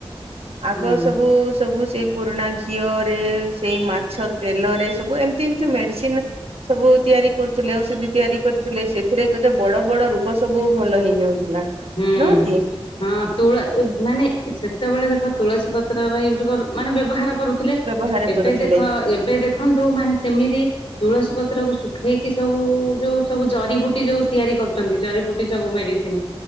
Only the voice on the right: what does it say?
ଆଗ
ସବୁ ସବୁ ସେଇ ପୁରୁଣା ଘିଅରେ ସେଇ ମାଛ ତେଲରେ ସବୁ ଏମିତି କିଛି ମେଡିସିନ ସବୁ ତିଆରି କରୁଥିଲେ ଔଷଧି ତିଆରି କରୁଥିଲେ ସେଥିରେ କେତେ ବଡ ବଡ ରୋଗ ସବୁ ଭଲ ହେଇଯାଉଥିଲା।
ନୁହଁ କି
ବ୍ୟବହାର
କରୁଥିଲେ